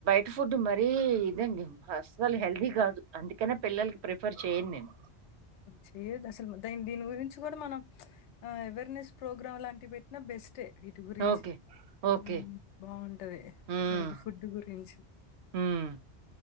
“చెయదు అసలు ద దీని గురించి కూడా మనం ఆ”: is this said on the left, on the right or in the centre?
Left